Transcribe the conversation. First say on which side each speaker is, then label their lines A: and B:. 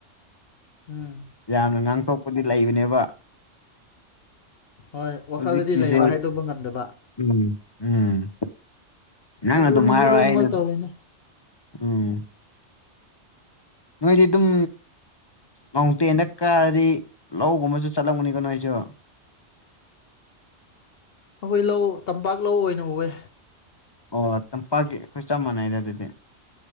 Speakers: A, on the left; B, on the left.
A: ꯎꯝ
B: ꯌꯥꯝꯅ ꯉꯥꯡ ꯇꯣꯛ ꯗꯤ ꯂꯩꯕꯅꯦꯕ
A: ꯍꯣꯏ ꯋꯥꯈꯜꯗꯗꯤ
B: ꯍꯧꯖꯤꯛꯀꯤꯁꯦ
A: ꯂꯩꯕ ꯍꯥꯏꯗꯣꯛꯄ ꯉꯝꯗꯕ
B: ꯎꯝ ꯎꯝ ꯅꯪꯅ
A: ꯑꯗꯨꯅꯤ
B: ꯑꯗꯨꯝ ꯍꯥꯏꯔ
A: ꯃꯤ ꯂꯣꯏꯅꯃꯛ
B: ꯑꯩꯅ
A: ꯇꯧꯔꯤꯅꯤ
B: ꯎꯝ ꯃꯣꯏꯔꯤ ꯑꯗꯨꯝ ꯃꯥꯎꯟꯇꯦꯟꯗ ꯀꯥꯔꯗꯤ ꯂꯧꯒꯨꯝꯕꯁꯨ ꯆꯠꯂꯝꯒꯅꯤꯀ ꯅꯣꯏꯁꯨ
A: ꯑꯩꯈꯣꯏ ꯂꯧ ꯇꯝꯄꯥꯛ ꯂꯧ ꯑꯣꯏꯅ ꯎꯋꯦ
B: ꯑꯣ ꯇꯝꯄꯥꯛꯀꯤ ꯑꯩꯈꯣꯏ ꯆꯞ ꯃꯥꯟꯅꯏꯗ ꯑꯗꯨꯗꯤ